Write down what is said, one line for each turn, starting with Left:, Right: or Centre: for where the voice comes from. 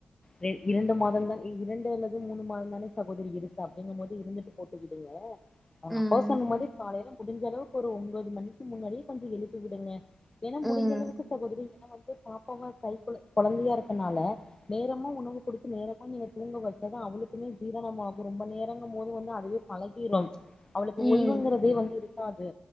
Left: ரெண் இரண்டு மாதந்தான் இரண்டு அல்லது மூணு மாத தானே சகோதரி இருக்கு அப்படிங்கம் போது இருந்துட்டு போட்டுவிடுங்க அவுங்க
Centre: ம்
Left: அப்பா சொன்ன மாரி காலையில முடிஞ்சளவுக் கு ஒரு உம்போது மணிக்கு முன்னாடியே கொஞ்சு எழுப்பி விடுங்க ஏன்னா முடிஞ்சளவுக்கு
Centre: ம்
Left: சகோதரி ஏன்னா வந்து பாப்பா வ கைக்குழந் கொழந்தையா இருக்கனால நேரமா உணவு குடுத்து நேரமா நீங்க தூங்க வெசதா அவளுக்குமே ஜீரணமாகு ரொம்ப நேரங்கமோது வந்து அதுவே பழகிரும் அவளுக்கு
Centre: ம்
Left: ஓய்வுங்கறதே வந்து இருக்காது